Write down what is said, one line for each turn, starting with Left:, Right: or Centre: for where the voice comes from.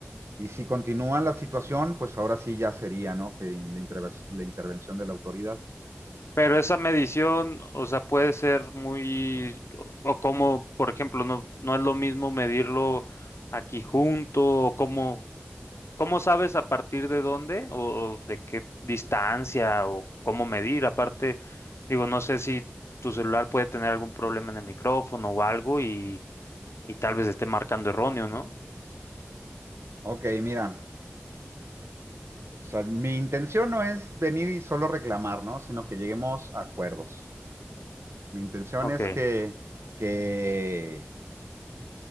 Right: Y si continúa la situación, pues ahora sí ya sería, ¿no? Que la, interve- la intervención de la autoridad.
Left: Pero esa medición, o sea, puede ser muy, o o como, por ejemplo, no, no es lo mismo medirlo aquí junto, o cómo, cómo sabes a partir de dónde, o, o de qué distancia, o cómo medir. Aparte, digo, no sé si tu celular puede tener algún problema en el micrófono o algo y y tal vez esté marcando erróneo, ¿no?
Right: Ok, mira, o sea, mi intención no es venir y solo reclamar, ¿no? Sino que lleguemos a acuerdos. Mi intención
Left: Ok.
Right: es que, que,